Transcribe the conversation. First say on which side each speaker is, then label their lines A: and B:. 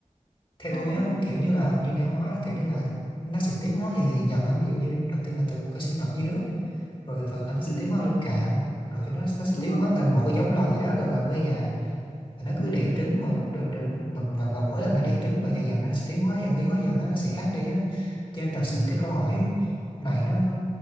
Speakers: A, on the left; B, on the left.
A: theo tôi
B: à
A: á
B: đúng
A: kiểu như là như nãy ông nói á, kiểu như là nó sẽ tiến hóa dần dần dần dần á ví dụ như đầu tiên là từ một cái sinh vật dưới nước rồi từ từ là nó sẽ
B: ừ,
A: tiến hóa lên cạn rồi thì nó nó sẽ
B: đúng
A: tiến
B: rồi
A: hóa thành một cái giống loài gì đó gần gần với gà và nó
B: ừ,
A: cứ đẻ trứng rồi, rồi, rồi và, và, và mỗi lần nó đẻ trứng và dần dần nó sẽ tiến hóa dần tiến hóa dần á, nó sẽ khác đi á cho nên thật sự
B: ừ,
A: cái câu hỏi này nó